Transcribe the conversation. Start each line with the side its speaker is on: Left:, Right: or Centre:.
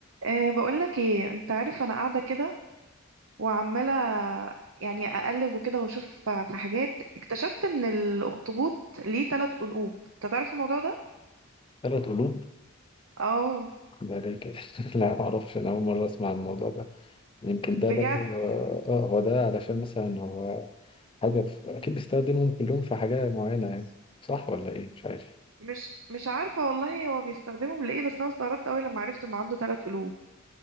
Right: أه بقولك ايه انت عارف انا قاعدة كده وعمالة يعني اقلب وكده واشوف ف- في حاجات اكتشفت ان الاخطبوط ليه تلات قلوب انت تعرف الموضوع ده
Left: ثلاث قلوب
Right: اه
Left: ده ليه كده <laughs> لا معرفش أنا أول مرة أسمع عن الموضوع ده يمكن ده
Right: بجد
Left: برضو آه آه، هو ده علشان مثلا هو حاجة في... أكيد بيستخدمهم كلهم في حاجة معينة يعني صح ولا إيه مش عارف
Right: مش مش عارفة والله هو بيستخدمهم لايه بس انا استغربت اوي لما عرفت انه عنده تلات قلوب